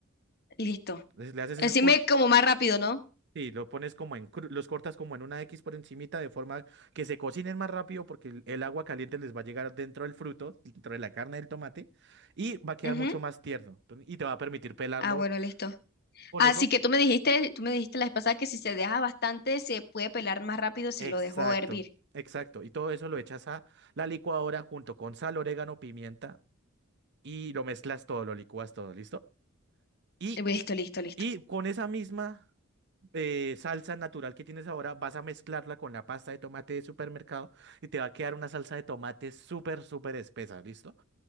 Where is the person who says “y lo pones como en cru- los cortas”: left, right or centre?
Right